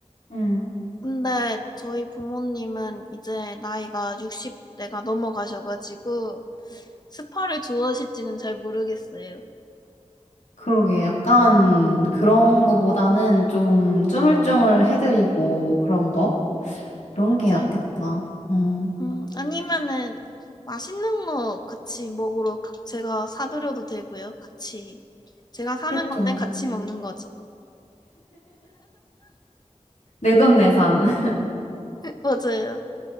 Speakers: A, on the left; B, on the left.
A: 응.
B: 근데 저희 부모님은 이제 나이가 60대가 넘어가셔가지고, 스파를 좋아하실지는 잘 모르겠어요.
A: 그러게, 약간 그런 거보다는 좀 쪼물쪼물 해드리고 그런 거? 그런
B: 맞아요.
A: 게 낫겠다. 응,
B: 음, 아니면은 맛있는 거 같이 먹으러 가- 제가 사드려도 되고요. 같이 제가 사는
A: 그쵸.
B: 건데 같이 먹는 거죠.
A: 내돈내산. <laughs>
B: 맞아요.